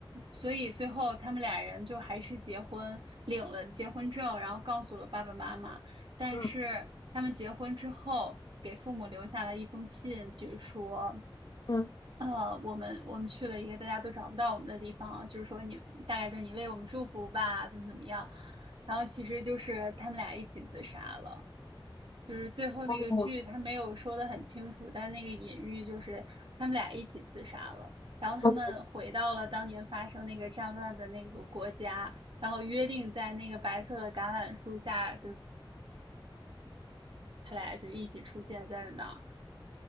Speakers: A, on the right; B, on the left.
A: 所以最后他们俩人就还是结婚，领了结婚证，然后告诉了爸爸妈妈。但是他们结婚之后，
B: 嗯
A: 给父母留下了一封信，就是说，
B: 嗯
A: 呃，我们我们去了一个大家都找不到我们的地方，就是说你大概就是你为我们祝福吧，怎么怎么样。然后其实就是他们俩一起自杀了。就是最后那个剧，
B: 嗯，
A: 他没有说的很清楚，但那个隐喻就是他们俩一起自杀了，然后他们回到了当年发生那个战乱的那个国家，
B: 嗯
A: 然后约定在那个白色的橄榄树下，就他俩就一起出现在那儿。